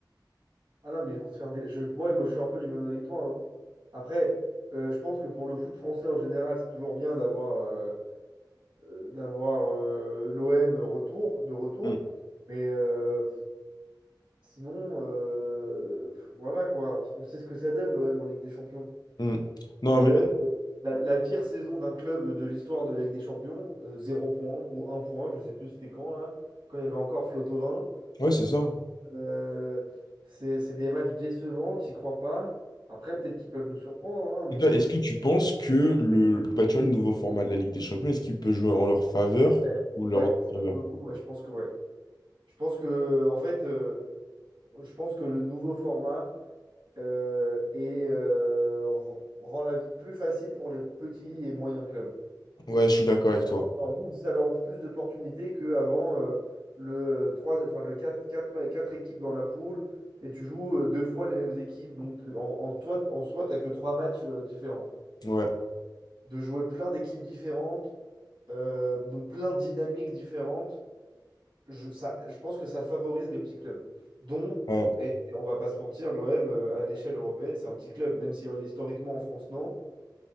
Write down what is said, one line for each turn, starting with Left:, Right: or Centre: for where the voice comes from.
Right: Ah non, mais ils vont se faire des. Je... Ouais, moi je suis un peu du même avis que toi. hein. Après, euh, je pense que pour le foot français en général, c'est toujours bien d'avoir euh, euh, d'avoir euh, l'OM retour, de retour.
Left: Mm.
Right: Mais euh, Sinon, euh, voilà quoi, on, on sait ce que ça donne l'OM en Ligue des Champions.
Left: Mm. Non
Right: Ça donne
Left: mais
Right: euh, la, la pire saison d'un club de l'histoire de la Ligue des Champions, euh, zéro point ou un point, je sais plus c'était quand là, quand il y avait encore Flotovin.
Left: ouais ouais, c'est ça.
Right: Euh, c'est c'est des matchs décevants, t'y crois pas. Après, peut-être qu'ils peuvent nous surprendre, hein, mais
Left: Et toi, Est-ce que tu penses que le, bah, tu vois, le nouveau format de la Ligue des Champions, est-ce qu'il peut jouer en leur faveur
Right: ouais,
Left: ou leur
Right: ouais, ça,
Left: défaveur?
Right: pour le coup, ouais, je pense que ouais. Je pense que en fait, euh, je pense que le nouveau format. euh, et euh, r- rend la vie plus facile pour les petits et moyens clubs.
Left: Ouais, je suis d'accord avec
Right: Ça
Left: toi.
Right: leur ouvre ça leur ouvre plus d'opportunités qu'avant euh, le, trois enfin, le quatre quatre quatre équipes dans la poule et tu joues euh, deux fois les mêmes équipes. Donc en, en, toi, en soi, tu que trois matchs euh, différents.
Left: Ouais.
Right: De jouer plein d'équipes différentes, euh, donc plein de dynamiques différentes. je, ça, je pense que ça favorise les petits clubs, dont,
Left: Ouais.
Right: et et on va pas se mentir, l'OM euh, à l'échelle européenne, c'est un petit club, même si euh, historiquement en France, non.